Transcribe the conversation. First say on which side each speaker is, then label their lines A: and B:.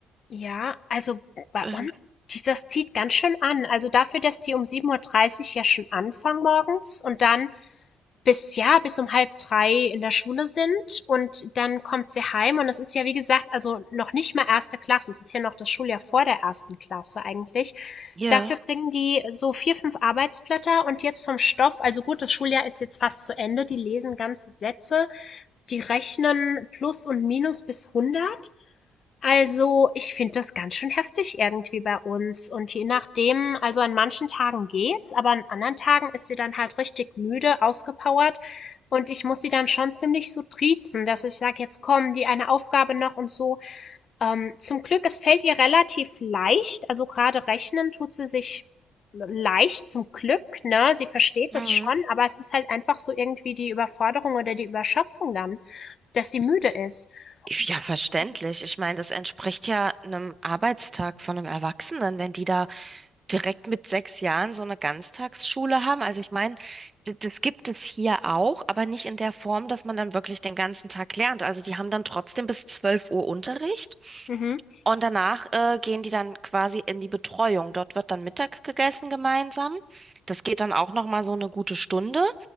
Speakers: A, on the left (about 50°); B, on the right (about 30°).
A: Ja, also bei
B: ähm,
A: uns, die das zieht ganz schön an. Also dafür, dass die um sieben Uhr dreißig ja schon anfangen morgens und dann bis, ja, bis um halb drei in der Schule sind und dann kommt sie heim und das ist ja, wie gesagt, also noch nicht mal erste Klasse. Es ist ja noch das Schuljahr vor der ersten Klasse eigentlich.
B: hier.
A: Dafür kriegen die so vier, fünf Arbeitsblätter und jetzt vom Stoff, also gut, das Schuljahr ist jetzt fast zu Ende, die lesen ganze Sätze, die rechnen Plus und Minus bis hundert. Also, ich finde das ganz schön heftig irgendwie bei uns. Und je nachdem, also an manchen Tagen geht's, aber an anderen Tagen ist sie dann halt richtig müde, ausgepowert. Und ich muss sie dann schon ziemlich so triezen, dass ich sage, jetzt komm, die eine Aufgabe noch und so. Ähm, zum Glück, es fällt ihr relativ leicht. Also gerade rechnen tut sie sich leicht zum Glück, ne? Sie versteht
B: Mhm.
A: das schon, aber es ist halt einfach so irgendwie die Überforderung oder die Überschöpfung dann, dass sie müde ist.
B: Ich-
A: Boah,
B: Ja, verständlich.
A: weiß ich.
B: Ich meine, das entspricht ja einem Arbeitstag von einem Erwachsenen, wenn die da direkt mit sechs Jahren so eine Ganztagsschule haben. Also ich meine, d- das gibt es hier auch, aber nicht in der Form, dass man dann wirklich den ganzen Tag lernt. Also die haben dann trotzdem bis 12 Uhr Unterricht
A: Mhm.
B: und danach äh, gehen die dann quasi in die Betreuung. Dort wird dann Mittag gegessen gemeinsam. Das geht dann auch noch mal so eine gute Stunde.